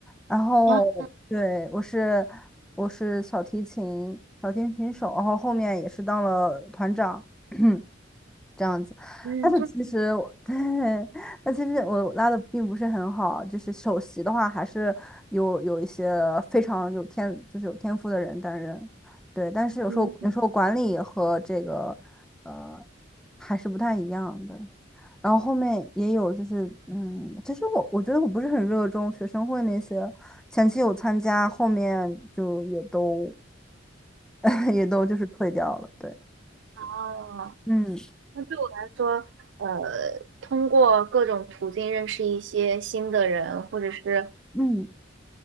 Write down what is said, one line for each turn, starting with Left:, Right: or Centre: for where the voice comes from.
Centre: 然后对，
Right: 啊，
Centre: 我是我是小提琴小提琴手，然后后面也是当了团长。<clears throat> 这样子。
Right: 嗯，
Centre: 但是其实我
Right: 那
Centre: <laughs> 对，但其实我拉的并不是很好，就是首席的话还是有有一些非常有天，就是有天赋的人担任。对，但是有时候有时候管理和这个呃
Right: 嗯，
Centre: 还是不太一样的。然后后面也有就是，嗯，其实我我觉得我不是很热衷学生会那些，前期有参加，后面就也都 <laughs> 也都就是退掉了。对，
Right: 哦。
Centre: 嗯
Right: 那对呃，通过各种途径认识一些新的人，或者是
Centre: 嗯，